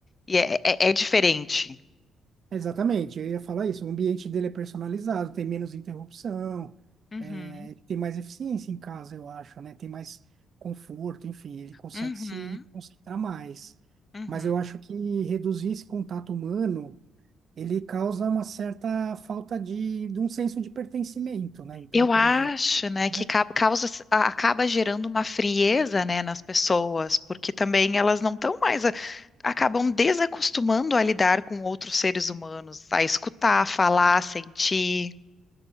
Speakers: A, on the left; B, on the right.
A: e é, é- é diferente.
B: exatamente, eu ia falar isso, o ambiente dele é personalizado, tem menos interrupção,
A: Uhum,
B: é, ele tem mais eficiência em casa, eu acho, né? Tem mais conforto, enfim, ele consegue
A: uhum,
B: se concentrar mais.
A: uhum.
B: Mas eu acho que reduzir esse contato humano ele causa uma certa falta de, de um senso de pertencimento, né? Então,
A: Eu
B: por
A: acho,
B: exemplo,
A: né,
B: né?
A: que ca- causa, a- acaba gerando uma frieza, né, nas pessoas, porque também elas não estão mais, a- acabam desacostumando a lidar com outros seres humanos, a escutar, falar, sentir.